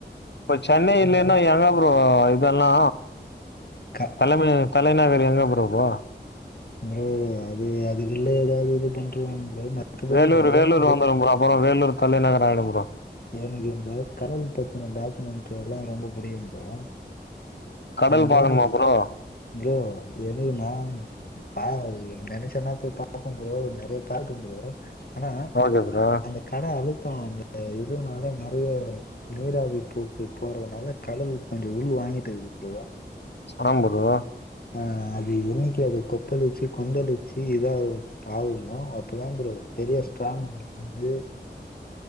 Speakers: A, on the left (about 75°); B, on the left (about 55°).
A: இப்ப சென்னை இல்லைனா
B: ஆக
A: என்னா ப்ரோ இதெல்லா
B: க
A: தலைமை தலைநகர் எங்க ப்ரோ இப்போ
B: ப்ரோ அது அதுக்குல்ல ஏதாவது இது பண்ருவாங் ப்ரோ மத்தபடி
A: வேலூர்
B: ப்ரோ
A: வேலூர்
B: இந்த
A: வந்துரு ப்ரோ அப்புற வேலூர் தலைநகர் ஆயிடு ப்ரோ
B: எனக்கு இந்த கடல் பத்தின டாக்குமெண்ட்டு எல்லா ரொம்ப புடிக்கு ப்ரோ
A: கடல்
B: அந்த
A: பாக்கணுமா
B: மாரி
A: ப்ரோ
B: ப்ரோ எனக்கு நா பா நெனச்ச நெரத்துக்கு பாப்ப ப்ரோ போய் பாக்ட்டும் ப்ரோ ஆனா
A: ஓகே ப்ரோ
B: அந்த கட அழுத்தோ அங்க இதுனால நெறைய நீராவி பூக்கு போறதனால களவு கொஞ்சோ உள் வாங்கிட்டு இருக்குது ப்ரோ
A: ஆமா ப்ரோ
B: ஆ அது என்னைக்கு அத கொப்பளிச்சு கொந்தளிச்சு இதாவ்து ஆகுமோ அப்பதா ப்ரோ பெரிய ஸ்ட்ராங்கு வந்து